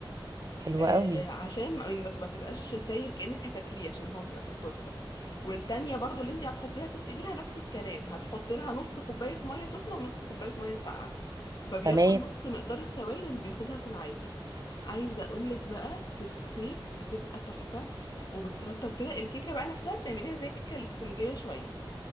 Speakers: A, on the right; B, on the left.
A: حلوة
B: آه،
A: قوي
B: عشان ما يعني ما ما تبقاش ساير كأنك هتاكليه عشان هو بيبقى في التورته والتانية برضو اللي انت هتحطيها تسقي بيها نفس الكلام هتحطي لها نص كوباية مية سخنة ونص كوباية مية ساقعة فبياخد
A: تمام
B: نص مقدار السوائل اللي بياخدها في العادي عايزة اقولك بقى في الصيف بتبقى تحفة وبترطب كده الكيكة بقى نفسها بتعمليها زي الكيكة الاسفنجية شوية